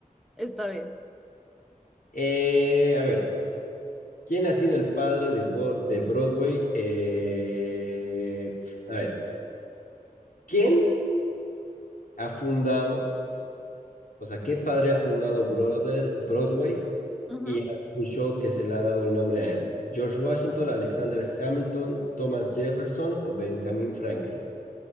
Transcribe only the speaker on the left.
Eh, a ver, ¿quién ha sido el padre de, Bo- de Broadway? Eh, a ver, ¿quién ha fundado O sea, qué padre ha fundado Brother, Broadway
y un show que se le ha dado el nombre a él. George Washington, Alexander Hamilton, Thomas Jefferson o Benjamin Franklin.